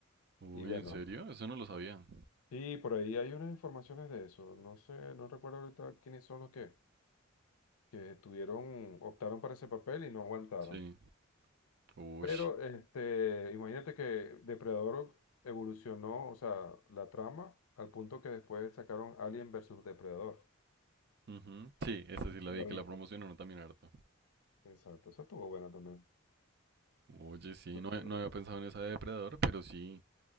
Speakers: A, on the right; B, on the left.
A: Uy,
B: Y bueno,
A: ¿en serio? Eso no lo sabía.
B: sí, por ahí hay unas informaciones de eso. No sé, no recuerdo ahorita quiénes son los que, que tuvieron, optaron para ese papel y no aguantaron.
A: Sí. Ush.
B: Pero este, imagínate que Depredador evolucionó, o sea, la trama, al punto que después sacaron Alien versus Depredador.
A: Ujú. Sí, esa sí
B: Sí,
A: la
B: sí,
A: vi
B: lo viste.
A: que la promocionaron también harto.
B: Exacto, eso estuvo bueno también.
A: Oye, sí,
B: Entonces,
A: no, he- no había pensado en esa de Depredador, pero sí,